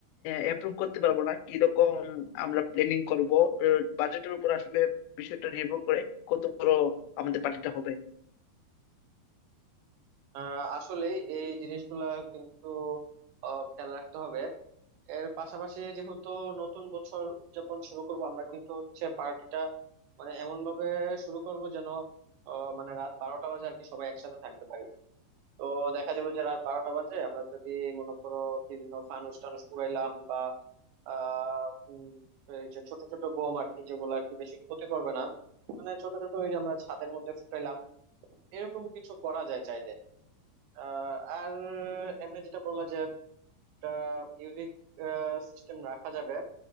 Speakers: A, on the left; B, on the right.
A: অ্যাপ্রুভ করতে পারবো না কিরকম আমরা প্ল্যানিং করব বাজেটের উপর আসলে বিষয়টা নির্ভর করে কত বড় আমাদের পার্টিটা হবে
B: আহ, আসলে এই জিনিসগুলা কিন্তু আহ, খেয়াল রাখতে হবে এর পাশাপাশি যেহেতু নতুন বছর উদযাপন শুরু করব আমরা কিন্তু হচ্ছে পার্টিটা মানে এমন ভাবে শুরু করব যেন আহ, মানে রাত বারোটা বাজে আর কি সবাই একসাথে থাকতে পারি তো দেখা যাবে যে রাত বারোটা বাজে আমরা যদি মনে করো বিভিন্ন ফানুস টানুস উড়াইলাম বা আহ উম, এই যে ছোট ছোট বোম আর কি যেগুলো আর কি বেশি ক্ষতি করবে না মানে ছোট ছোট ওই যে আমরা ছাদের মধ্যে ফুটাইলাম এরকম কিছু করা যায় চাইলে আহ, আর এমনি যেটা বললা যে একটা মিউজিক সিস্টেম রাখা যাবে